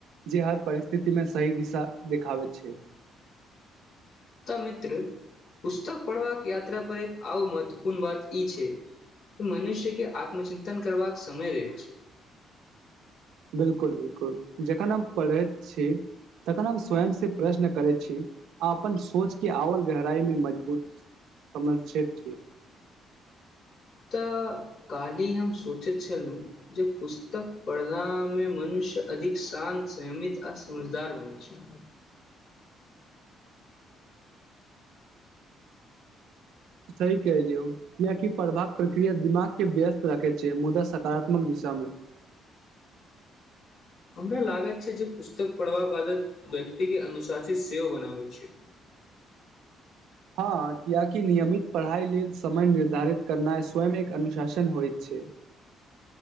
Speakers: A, on the right (about 85°); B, on the left (about 55°).
A: जे हर परिस्थिति मे सही दिशा देखाबैत छै।
B: त मित्र, पुस्तक पढ़बाक यााता पर एक आ महत्वपूर्ण बात ई छै, मनुष्य के आत्मचिन्तन करबाक समय रहै छै।
A: बिल्कुल-बिल्कुल, जखन हम पढ़ैत छी, तखन हम स्वयंसँ प्रश्न करैत छी, आ अपन सोचके आओर गहराइमे मजबूत समर््षित छी।
B: तऽ, काल्हि हम सोचैत छलहुँ, जे पुस्तक पढ़लामे मनुष्य अधिक शान्त, संयमित आ समझदार बनै छै।
A: सही कहलियौ, किियकि पढ़बाक प्रक्रिया दिमाग के व्यस्त राखे छै मुदा सकारात्मक दिशा मे।
B: हमरा लागैत छै, जे पुस्तक पढ़बाका बादत व्यक्ति के अनुशासित सेहो बनाबै छै।
A: हँ, किियकि नियमित पढ़ाइ लेल समय निर्धारित करनाइ स्वयं एक अनुशासन होइत छै।